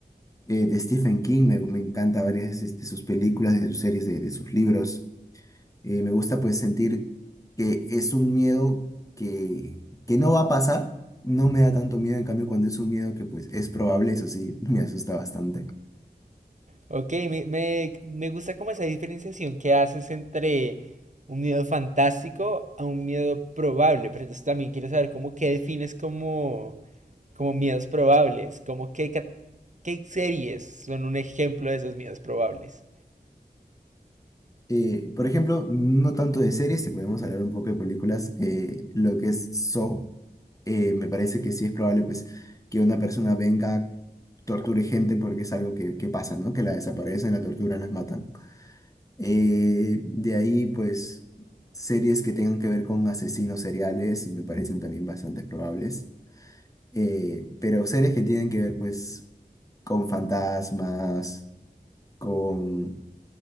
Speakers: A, on the left; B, on the right.
A: eh, de Stephen King me, me encanta varias de sus películas, de sus series, de de sus libros. Eh, me gusta pues sentir que es un miedo que, que no va a pasar. No me da tanto miedo, en cambio, cuando es un miedo que pues es probable, eso sí, <laughs> me asusta bastante.
B: Ok, me, me, me gusta como esa diferenciación que haces entre un miedo fantástico a un miedo probable, pero entonces también quiero saber cómo qué defines como, como miedos probables, como qué, ca- qué series son un ejemplo de esos miedos probables.
A: Eh, por ejemplo, no tanto de series, si podemos hablar un poco de películas, eh, lo que es Saw, eh, me parece que sí es probable pues que una persona venga, torture gente porque es algo que, que pasa, ¿no? Que la desaparecen, la torturan, las matan. Eh, de ahí, pues, series que tengan que ver con asesinos seriales me parecen también bastante probables. Eh, pero series que tienen que ver, pues, con fantasmas, con